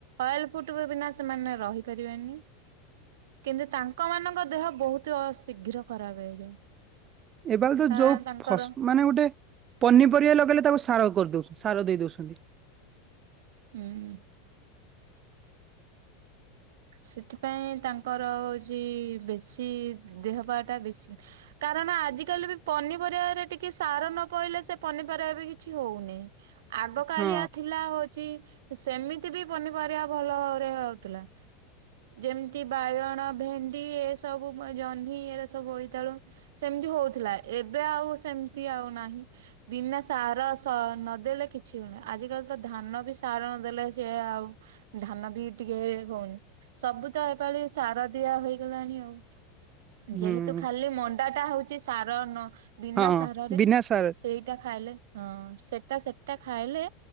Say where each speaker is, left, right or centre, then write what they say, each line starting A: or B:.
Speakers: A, on the right; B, on the right.
A: ଅଏଲ୍ ଫୁଟ୍ ବି ବିନା ସେମାନେ ରହି ପାରିବେନି। କିନ୍ତୁ ତାଙ୍କ ମାନଙ୍କ ଦେହ ବହୁତ ଶୀଘ୍ର ଖରାପ୍ ହେଇଯାଏ।
B: ଏବାକୁତ
A: କାରଣ
B: ଯୋଉ
A: ତାଙ୍କର
B: ଫସ୍‌ ମାନେ ଗୋଟେ ପନିପରିବା ଲଗାଇଲେ ତାକୁ ସାର କରୁଦଉସୁ ସାର ଦେଇ ଦଉସନ୍ତି।
A: ହୁଁ। ସେଥିପାଇଁ ତାଙ୍କର ହଉଛି ବେଶୀ ଦେହ ପାଟା ବେଶୀ କାରଣ ଆଜି କାଲି ବି ପନିପରିବାରେ ଟିକେ ସାର ନ ପଇଲେ ସେ ପନିପରିବା ବି କିଛି ହଉନି। ଆଗ କାଳିଆ
B: ହଁ
A: ଥିଲା ହଉଚି ସେମିତି ବି ପନିପରିଆ ଭଲ ଭାବରେ ହଉଥିଲା। ଯେମତି ବାଇଗଣ ଭେଣ୍ଡି ଏ ସବୁ ଉଁ ଜହ୍ନି ଏରା ସବୁ ବୋଇତାଳୁ ସେମିତି ହଉଥିଲା ଏବେ ଆଉ ସେମିତି ଆଉ ନାହିଁ। ବିନା ସାର ସ ନଦେଲେ କିଛି ହୋଉନି ଆଜିିକାଲି ତ ଧାନ ବି ସାର ନଦେଲେ ସେ ଆଉ ଧାନ ବି ଟିକେ ହଉନି। ସବୁ ତ ଏପାଳି ସାର ଦିଆ ହୋଇଗଲାଣି ଆଉ
B: ହୁଁ
A: ଯେହେତୁ ଖାଲି ମନ୍ ଟା ହୋଉଛି ସାର ନ ବିନା
B: ହଁ
A: ସାରରେ
B: ବିନା ସାର
A: ସେଇଟା ଖାଇଲେ ହଁ ସେଟା ସେ ଟା ଖାଇଲେ